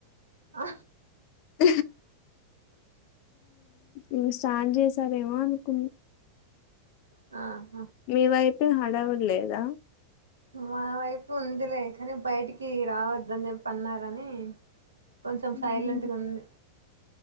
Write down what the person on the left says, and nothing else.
హ ఇక స్టార్ట్ చేసారేమో అనుకున్న
మీ వైపే హడవిడి లేదా
హుహు.